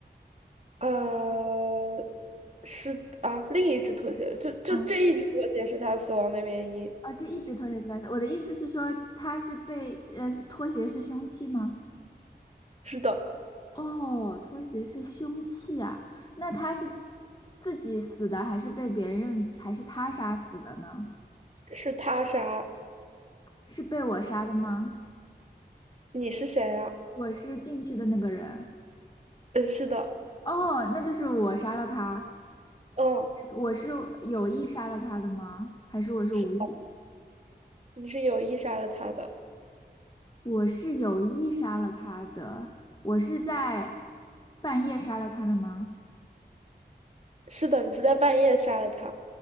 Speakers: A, on the right; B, on the left.
A: 呃，是啊，另一只拖鞋，就就这一只拖鞋是他死亡的原因。
B: 嗯啊，这一只拖鞋是蓝色。我的意思是说，他是被呃，拖鞋是凶器吗？
A: 是的，
B: 哦，拖鞋是凶器啊。那他是自己死的，还是被别人，还是他杀死的呢？
A: 是他杀。
B: 是被我杀的吗？
A: 你是谁呀？
B: 我是进去的那个人。
A: 嗯，是的，
B: 哦，那就是我杀了他。
A: 嗯，
B: 我是有意杀了他的吗？还是我是无意？
A: 是你是有意杀了他的。
B: 我是有意杀了他的。我是在半夜杀了他的吗？
A: 是的，你是在半夜杀了他。